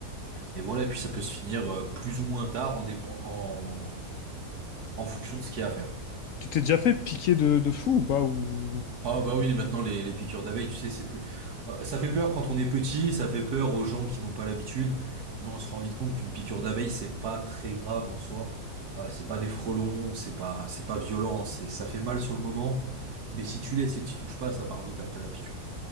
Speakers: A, on the right (about 70°); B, on the left (about 65°).
A: Et, et voilà, et puis ça peut se finir euh, plus ou moins tard en, dépend- en, en fonction de ce qu'il y a à faire.
B: Tu t'es déjà fait piquer de, de fou ou pas ou...
A: Ah bah oui, maintenant les, les piqûres d'abeilles, tu sais, c'est plus... Euh, Ça fait peur quand on est petit, ça fait peur aux gens qui n'ont pas l'habitude, mais on se rend vite compte qu'une piqûre d'abeille, c'est pas très grave en soi. Euh, c'est pas des frelons, c'est pas, c'est pas violent, c'est, ça fait mal sur le moment, mais si tu laisses et que tu touches pas, ça part vite après la piqûre.